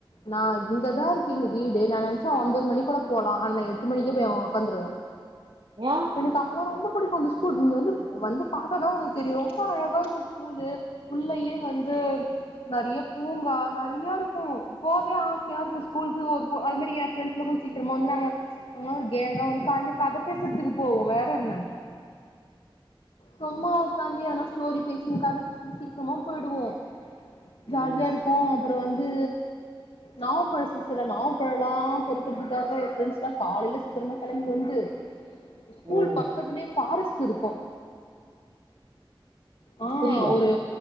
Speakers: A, on the left (about 85°); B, on the right (about 75°).
A: நா இங்கதா இருக்கு எங்க வீடு நா நினைச்சா ஒம்பது மணிக்கு கூட போலா அனா எட்டு மணிக்கே அங்க போய் உக்காந்துருவே
B: ஏ
A: எனக்கு அப்பல்லா ரொம்ப பிடிக்கு அந்த ஸ்கூல் இங்க வந்து வந்து பாத்தா தா உனக்கு தெரியு ரொம்ப அழகா இருக்கு ஸ்கூலு உள்ளயே வந்து நறைய பூங்கா நறைய இருக்கு போவே ஆசையா இருக்கு ஸ்கூலுக்குலா அது மாரி எ ஃப்ரெண்ட்ஸ்லா கொஞ்ச சீக்கிரமா வந்து நாங்க ஒரு கேங்கா வந்து கால கதை பேசறதுக்கு போவோ வேற என்ன சும்மா உக்காந்து எதனா ஸ்டோரி பேசசினு கதை பேச சீக்கிரமா போயிடுவோ
B: ம்
A: ஜாலியா இருக் கோ அப்புற வந்து நவாப்பழ சீசன்ல நவாப்பழ எல்லா பொறுக்கறதுக்காக என் ஃப்ரெண்ட்ஸ்லா காலைல சீக்கிரமா கெளம்பி வந்து ஸ்கூல்
B: ம்
A: பக்கத்துலயே ஃபாரஸ்ட் இருக்கு ஆ
B: புரியல
A: ஒரு